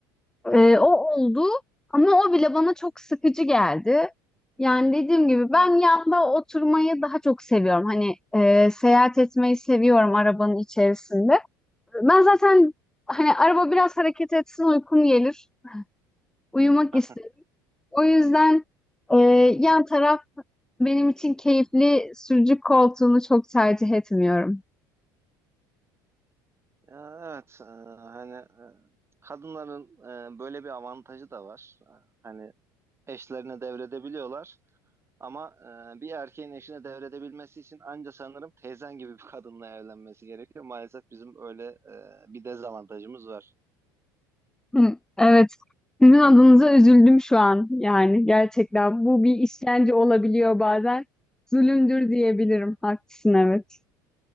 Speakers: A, in the centre; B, on the right (about 25°).
A: Ee, o oldu ama o bile bana çok sıkıcı geldi. Yani dediğim gibi ben
B: Evet.
A: yanda oturmayı daha çok seviyorum. Hani e, seyahat etmeyi seviyorum arabanın içerisinde. Ben zaten hani araba biraz hareket etsin uykum gelir. uyumak
B: <laughs>
A: istedim. O yüzden e, yan taraf benim için keyifli sürücü koltuğunu çok tercih etmiyorum.
B: Ya, evet. e, hani e, kadınların e, böyle bir avantajı da var. E, Hani eşlerine devredebiliyorlar. Ama e, bir erkeğin eşine devredebilmesi için anca sanırım teyzen gibi bir kadınla evlenmesi gerekiyor. Maalesef bizim öyle e, bir dezavantajımız var.
A: Hı, evet. Sizin adınıza üzüldüm şu an. Yani gerçekten bu bir işkence olabiliyor bazen. Zulümdür diyebilirim. Haklısın evet.